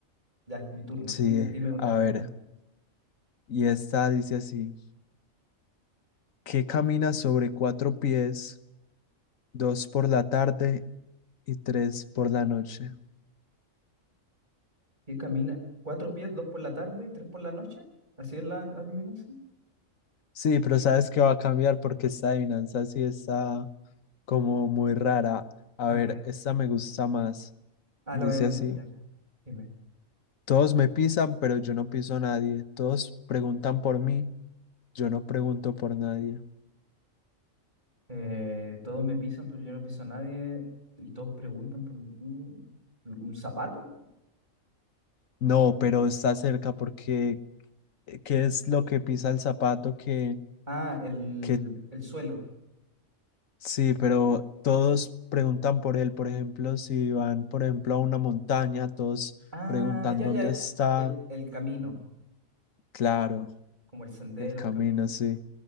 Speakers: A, on the right; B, on the left.
A: Ya, mi turno.
B: sí.
A: Dime, dime una,
B: A
A: dime
B: ver,
A: una.
B: y esta dice así, que camina sobre cuatro pies, dos por la tarde y tres por la noche.
A: ¿Qué camina? ¿Cuatro pies, dos por la tarde y tres por la noche? ¿Así es la adivinanza?
B: Sí, pero sabes que va a cambiar porque esta adivinanza sí está como muy rara. A
A: A
B: ver,
A: ver,
B: esta me gusta más.
A: ah,
B: Dice
A: la voy a cambiar
B: así,
A: ya. Dime.
B: todos me pisan, pero yo no piso a nadie. Todos preguntan por mí, yo no pregunto por nadie.
A: Eh, todos me pisan, pero yo no piso a nadie. Y todos preguntan por un, un zapato.
B: No, pero está cerca porque eh, ¿qué es lo que pisa el zapato que
A: Ah, el,
B: que
A: el suelo.
B: sí, pero todos preguntan por él, por ejemplo, si van, por ejemplo, a una montaña, todos
A: Ah,
B: preguntan
A: ya,
B: dónde
A: ya.
B: está,
A: El, el camino.
B: claro,
A: Como el sendero,
B: el camino,
A: el camino.
B: sí,